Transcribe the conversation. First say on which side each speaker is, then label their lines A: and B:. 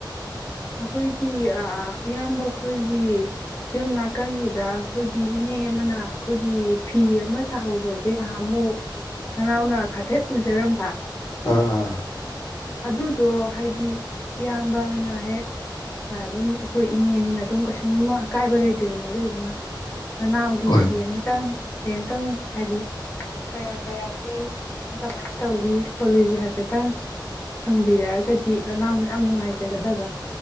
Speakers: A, on the left; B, on the left.
A: ꯑꯩꯈꯣꯏꯒꯤ ꯏꯌꯥꯝꯕ ꯑꯩꯈꯣꯏꯒꯤ ꯌꯨꯝ ꯅꯥꯀꯟꯒꯤꯗ ꯑꯩꯈꯣꯏꯒꯤ ꯏꯅꯦ ꯑꯃꯅ ꯑꯩꯈꯣꯏꯒꯤ ꯐꯤ ꯑꯃ ꯁꯥꯍꯧꯕꯁꯦ ꯉꯍꯥ ꯑꯃꯨꯛ ꯅꯅꯥꯎꯅ ꯍꯥꯏꯐꯦꯠ ꯎꯖꯔꯝꯕ
B: ꯑꯥ ꯑꯥ
A: ꯑꯗꯨꯗꯣ ꯍꯥꯏꯗꯤ ꯏꯌꯥꯝꯕꯅ ꯍꯦꯛ ꯑꯗꯨꯝ ꯑꯩꯈꯣꯏ ꯏꯅꯦ ꯑꯅꯤꯅ ꯑꯗꯨꯝ ꯀꯩꯁꯨꯝ ꯑꯀꯥꯏꯕ ꯂꯩꯇꯦꯗꯅ ꯑꯗꯨꯗꯨꯅ ꯅꯅꯥꯎꯒꯤ
B: ꯍꯣꯏ
A: ꯐꯤ ꯑꯃꯇꯪ ꯐꯤ ꯑꯝꯇꯪ ꯍꯥꯏꯗꯤ ꯀꯌꯥ ꯀꯌꯥ ꯄꯤ ꯀꯃꯥꯏ ꯇꯧꯏ ꯀꯣꯂꯤꯁꯦ ꯍꯥꯏꯐꯦꯠꯇꯪ ꯍꯪꯕꯤꯔꯛꯑꯒꯗꯤ ꯅꯅꯥꯎꯅ ꯌꯥꯝ ꯅꯨꯡꯉꯥꯏꯖꯒꯗꯕ